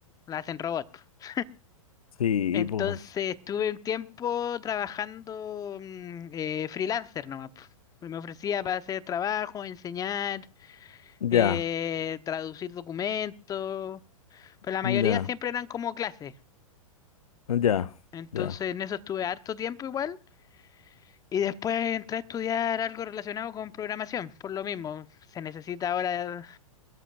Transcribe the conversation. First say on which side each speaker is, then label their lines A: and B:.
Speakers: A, on the left (about 20°); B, on the left (about 80°).
A: la hacen robot. pues.
B: Sí,
A: Entonces
B: pues.
A: estuve un tiempo trabajando mm, eh, freelancer nomás. pues. Me ofrecía para hacer trabajo, enseñar,
B: Ya,
A: eh, traducir documentos, pero la mayoría
B: ya.
A: siempre eran como clases.
B: Ya,
A: Entonces
B: ya,
A: en eso estuve harto tiempo igual. Y después entré a estudiar algo relacionado con programación, por lo mismo. Se necesita ahora